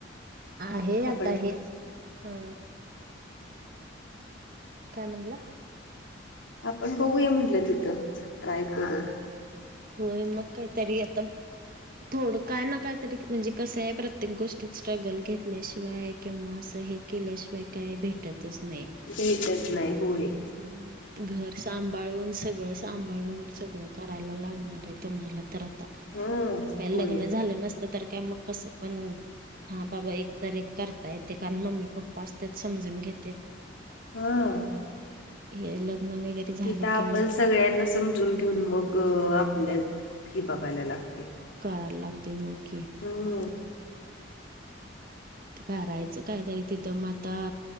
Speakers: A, on the right; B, on the left.
A: आहे, आता
B: आपण
A: हेच हा. काय म्हणला?
B: आपण बघूया म्हटलं तिथं, ट्राय करू.
A: होय, मग काहीतरी आता थोडं काय ना काय तरी, म्हणजे कसंय प्रत्येक गोष्टीत स्ट्रगल घेतल्याशिवाय किंवा असं हे केल्याशिवाय काय भेटतच नाही.
B: भेटत नाही होय.
A: हम्म. घर सांभाळून सगळं सांभाळून सगळं करायला लागणार आहे तुम्हाला तर आता.
B: हं
A: काय लग्न
B: होय
A: झालं नसतं तर काय मग कसं पण हा बाबा एक तर एक करता येते. कारण मम्मी पप्पा असते समजून घेतेत.
B: हं
A: हे लग्न वगैरे झालं
B: इथ आपण
A: की मग
B: सगळ्यांना समजून घेऊन मग आपल्यात ही बघायला लागते.
A: करायला लागते होय की.
B: हम्म.
A: करायचं काहीतरी. तिथं म आता